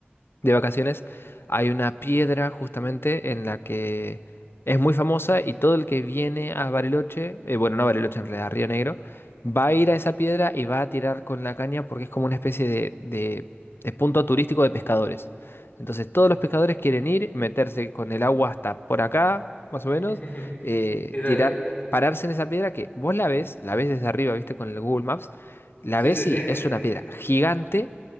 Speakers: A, on the left; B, on the left.
A: de vacaciones, hay una piedra justamente en la que es muy famosa y todo el que viene a Bariloche, eh, bueno, no a Bariloche en realidad, a Río Negro, va a ir a esa piedra y va a tirar con la caña porque es como una especie de, de- de punto turístico de pescadores. Entonces todos los pescadores quieren ir, meterse con el agua hasta por acá, más o menos,
B: <laughs>
A: eh,
B: Y de
A: tirar,
B: ahí,
A: pararse en esa piedra que vos la ves, la ves desde arriba, viste, con el Google Maps, la
B: sí,
A: ves
B: sí, sí.
A: y es una piedra gigante